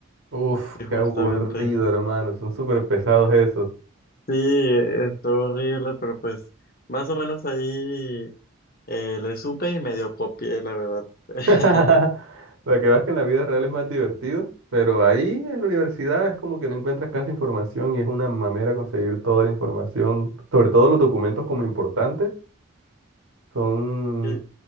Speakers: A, on the right; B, on the left.
A: Uf,
B: sí, justamente.
A: qué aburrido, hermano. Son súper pesados esos.
B: Sí, eh, estuvo horrible, pero pues más o menos ahí eh, le supe y medio copié, la verdad.
A: <laughs>
B: <laughs>
A: Para que veas que en la vida real es más divertido, pero ahí en la universidad es como que no encuentras casi información y es una mamera conseguir toda la información, sobre todo los documentos como importantes, son
B: sí